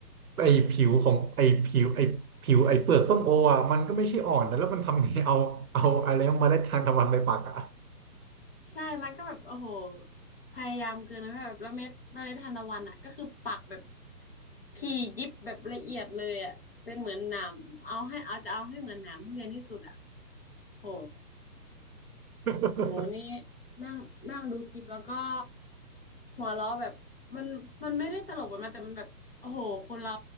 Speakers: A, on the right; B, on the left.
A: ไอ้ผิวของไอ้ผิวไอ้ผิวไอ้เปลือกส้มโออ่ะมันก็ไม่ใช่อ่อนนะแล้วมันทำไงเอาเอาอะไรนะเมล็ดทานตะวันไปปักอ่ะ
B: ใช่ มันก็แบบโอ้โหพยายามเกินนะแบบแล้วเม็ดเมล็ดทานตะวันอ่ะก็คือปักแบบถี่ยิบแบบละเอียดเลยอ่ะเป็นเหมือนหนามเอาให้เอาจะเอาให้เหมือนหนามทุเรียนที่สุดอ่ะโห
A: <laughs>
B: หนูนี่นั่งนั่งดูคลิปแล้วก็หัวเราะแบบมันมันไม่ได้ตลกแบบนั้นแต่มันแบบโอ้โห คนเรา